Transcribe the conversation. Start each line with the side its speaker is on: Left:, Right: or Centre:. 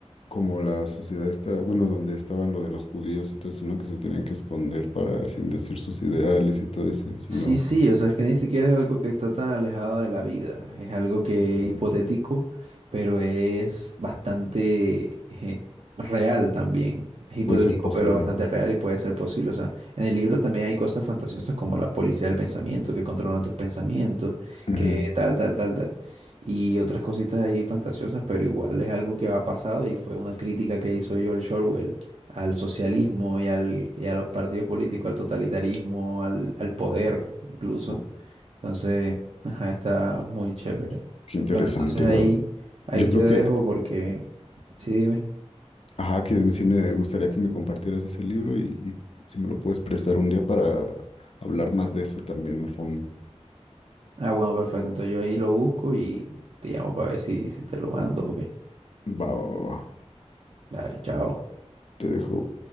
Left: Como la sociedad está, bueno, donde estaban lo de los judíos y todo eso, ¿no? Que se tenían que esconder para, sin decir sus ideales y todo eso, y si
Right: Sí,
Left: no,
Right: sí, o sea, es que ni siquiera es algo que está tan alejado de la vida, es algo
Left: Ujú.
Right: que es hipotético, pero es bastante eh, real también. Es hipotético,
Left: puede ser posible.
Right: pero bastante real y puede ser posible. O sea, en el libro también hay cosas fantasiosas como la policía del pensamiento, que controlan tus pensamientos,
Left: Ujú.
Right: que tal, tal, tal, tal. Y otras cositas ahí fantasiosas, pero igual es algo que ha pasado y fue una crítica que hizo George Orwell al socialismo y, al, y a los partidos políticos, al totalitarismo, al, al poder incluso.
Left: Oh,
Right: Entonces, ajá, está muy chévere.
Left: Qué interesante,
Right: Bueno, entonces ahí,
Left: Laura.
Right: ahí
Left: Yo
Right: te
Left: creo
Right: dejo
Left: que,
Right: porque, sí, dime.
Left: ajá, que sí me gustaría que me compartieras ese libro y, y si me lo puedes prestar un día para hablar más de eso también a fondo.
Right: Ah, bueno, perfecto. Entonces yo ahí lo busco y te llamo para ver si, si te lo mando. Ok.
Left: Va, va, va, va.
Right: Dale, chao.
Left: Te dejo.